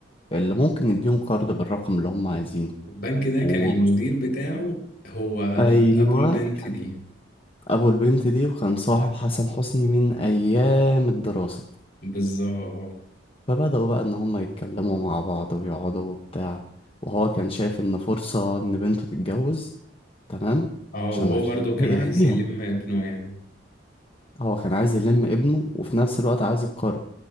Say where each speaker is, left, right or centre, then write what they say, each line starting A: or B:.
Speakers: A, on the left; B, on the left.
A: اللي ممكن يديهم قرض بالرقم اللي هم عايزينه
B: البنك ده
A: و...
B: كان المدير بتاعه هو
A: ايوه
B: ابو البنت
A: كان
B: دي
A: ابو البنت دي وكان صاحب حسن حسني من ايام الدراسة
B: بالظبط
A: فبدأوا بقى إن هما يتكلموا مع بعض ويقعدوا وبتاع وهو كان شايف إن فرصة إن بنته تتجوز تمام
B: اه
A: عشان
B: وهو
A: مفيش
B: برضو
A: حد
B: كان
A: هيقبل
B: عايز
A: بيها
B: يلم ابنه يعني
A: هو كان عايز يلم ابنه وفي نفس الوقت عايز يتقرض